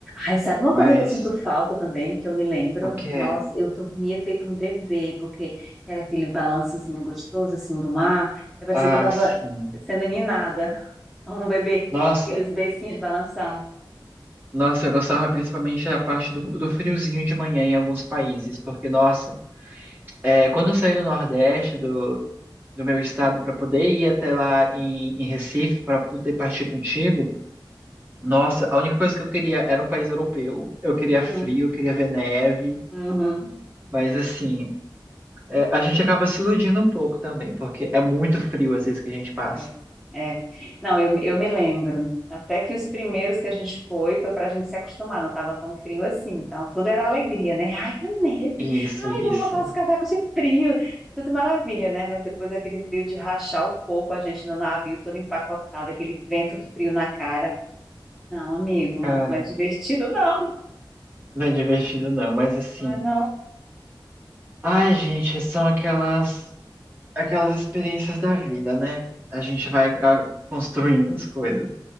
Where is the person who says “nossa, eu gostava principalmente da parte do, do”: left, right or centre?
Right